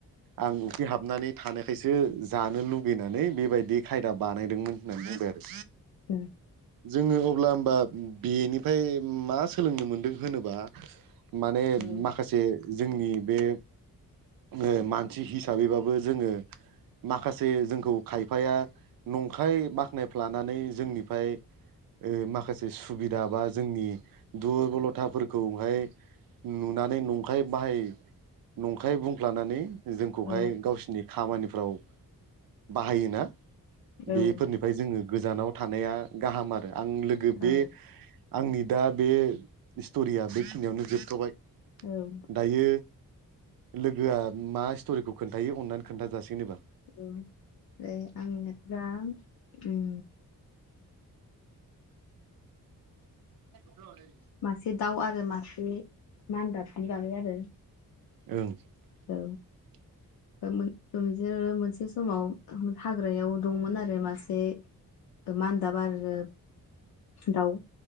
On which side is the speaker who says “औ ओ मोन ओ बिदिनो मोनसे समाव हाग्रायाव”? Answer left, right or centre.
Left